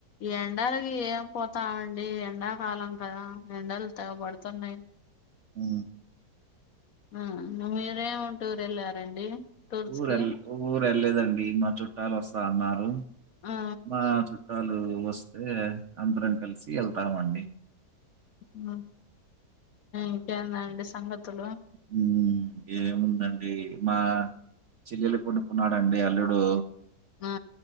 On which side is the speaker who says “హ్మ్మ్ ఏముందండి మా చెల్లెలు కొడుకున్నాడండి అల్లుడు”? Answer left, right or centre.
Right